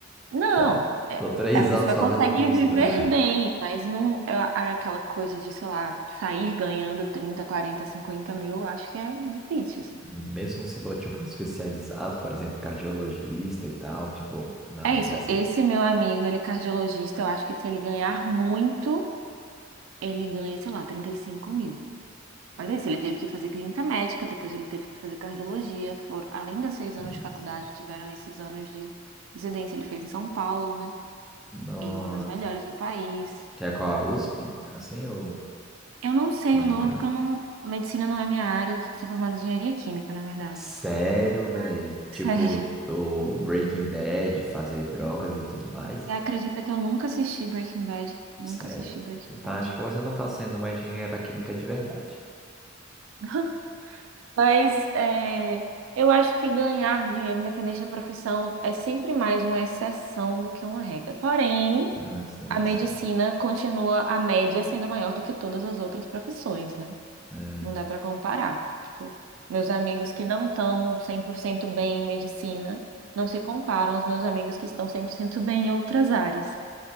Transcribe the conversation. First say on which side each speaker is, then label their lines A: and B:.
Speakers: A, on the right; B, in the centre.
A: Não,
B: Já
A: é-
B: tô três
A: a pessoa
B: anos fazendo
A: consegue
B: o curso
A: viver
B: já.
A: bem, mas não é a- aquela coisa de, sei lá, sair ganhando 30, 40, 50 mil, eu acho que é difícil, assim.
B: Mesmo se for, tipo, especializado, por exemplo, cardiologista e tal, tipo, não
A: É
B: acontece
A: isso. Esse
B: isso.
A: meu amigo, ele é cardiologista, eu acho que se ele ganhar muito, ele ganha, sei lá, 35 mil. Mas é isso, ele teve que fazer clínica médica, depois ele teve que fazer cardiologia. For... Além dos seis
B: Sim,
A: anos de faculdade,
B: sim.
A: tiveram esses anos de residência. Ele fez em São Paulo, né?
B: Nossa.
A: Em uma das melhores do país.
B: Quer qual a USP? Assim, ou
A: Eu não sei
B: Mônica?
A: o nome, porque eu não... medicina não é minha área, eu sou formada em engenharia química, na verdade.
B: Sério, velho?
A: Ah. <laughs>
B: Tipo,
A: Sério.
B: do Breaking Bad, fazer drogas e tudo mais?
A: Você acredita que eu nunca assisti Breaking Bad? Nunca
B: Sério.
A: assisti Breaking
B: Então
A: Bad.
B: acho que você não está sendo uma engenheira química de verdade.
A: <laughs> Mas é, eu acho que ganhar dinheiro, independente da profissão, é sempre mais uma exceção do que uma regra. Porém,
B: Ah, sim,
A: a medicina
B: sim.
A: continua a média sendo maior do que todas as outras profissões, né?
B: É,
A: Não dá para comparar. Tipo, meus amigos que não estão 100% bem em medicina não se comparam aos meus amigos que estão 100% bem em outras áreas.